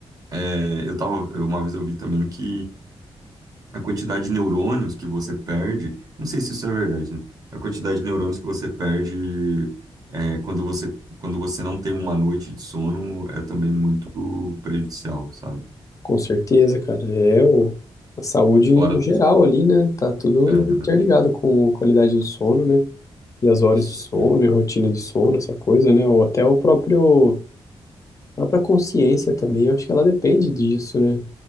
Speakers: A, on the right (about 35°); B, on the left (about 30°).
A: é, eu tava... eu- Uma vez eu vi também que a quantidade de neurônios que você perde... Não sei se isso é verdade, né? A quantidade de neurônios que você perde... é, quando você, quando você não tem uma noite de sono, é também muito prejudicial, sabe?
B: com certeza, cara. É o, a saúde
A: Fora
B: no
A: outras
B: geral ali, né? Tá tudo
A: Aham.
B: interligado com a qualidade do sono, né? E as horas
A: Sim.
B: de sono, e a rotina de sono, essa coisa, né? Ou até o próprio. A própria consciência também, eu acho que ela depende disso, né?